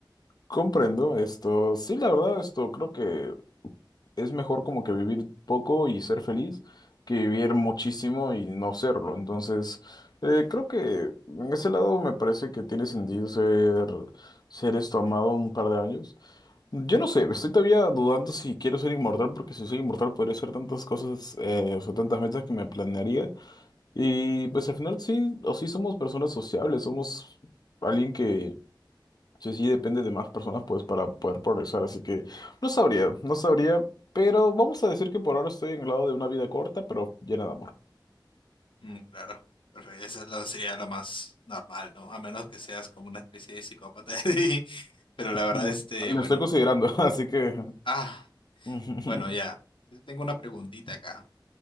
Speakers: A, on the left; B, on the left.
A: comprendo esto. Sí, la verdad, esto creo que es mejor como que vivir poco y ser feliz que vivir muchísimo y no serlo. Entonces, eh, creo que en ese lado me parece que tiene sentido ser, ser esto amado un par de años. Yo no sé, estoy todavía dudando si quiero ser inmortal, porque si soy inmortal podría hacer tantas cosas, eh, o sea, tantas metas que me planearía. Y pues al final sí, o sí somos personas sociables, somos alguien que sí, sí depende de más personas pues para poder progresar, así que no sabría, no sabría, pero vamos a decir que por ahora estoy en el lado de una vida corta, pero llena de amor.
B: Mm, claro, perfecto. Eso es lo- sería lo más normal, ¿no? A menos que seas como una especie de psicópata. <laughs> y- Pero la verdad,
A: Mm,
B: este,
A: Lo
B: bueno.
A: estoy considerando, <laughs> así que...
B: Ah,
A: <laughs>
B: bueno, ya. Yo tengo una preguntita acá.